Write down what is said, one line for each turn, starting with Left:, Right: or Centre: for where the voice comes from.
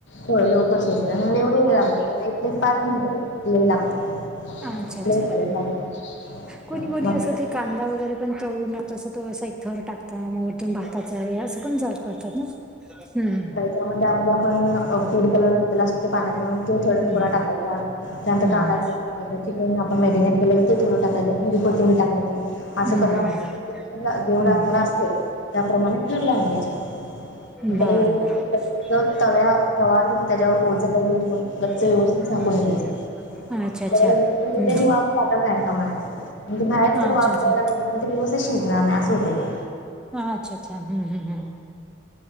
Left: होयं लवकरचं शिजते एवढे लागते पांच मिनिटं लागतं
Centre: अच्छा अच्छा
Left: लय झालं पाच मिनिटं
Centre: कोणी कोणी
Left: मग
Centre: असं
Left: आता
Centre: ते कांदा वगैरें पणं तळूं नं तसं तो एक थर टांकता मं तो मं भातांचा हे असं पणं जब करतातं नां हं
Left: मंग त्यांमध्ये आपणं फूड कलर घातलेलां असतो ते पाण्यांत मिळून तो थर
Centre: हम्म.
Left: थोडा टांकायचां त्यांतर
Centre: हम्म
Left: कांदा थोडा टाकायंचा चिकन आपणं मेडिनेस केले ते थोडं टाकायचं थोडी कोथंबी टाकायचं असं
Centre: हम्म.
Left: कारणं आपणं
Centre: हम्म
Left: जेवडांकवणं
Centre: हम्म.
Left: असते त्यांप्रमाणे थर लावायचे आणि त्यांला
Centre: बरं
Left: व
Centre: बरं.
Left: तव्यां तवा ठेवूनं त्यांच्यावर ओझ काहीदे ठेवूंन गच्चं
Centre: अच्छा
Left: व्यवस्थित झांकून घ्यायचंय
Centre: अच्छा
Left: त्यांला
Centre: हम्म
Left: झांकून घेतंल त्यांची
Centre: हम्म.
Left: जराक वाफ जाता कांमा नई म्हंणजे बाहेर जरं
Centre: अच्छा
Left: वाफ
Centre: अच्छा
Left: जायांलागली जरं ते व्यवस्थितं शिजणारं नाहीं असं होतं की
Centre: हां अच्छा अच्छा हं हम्मं हम्मं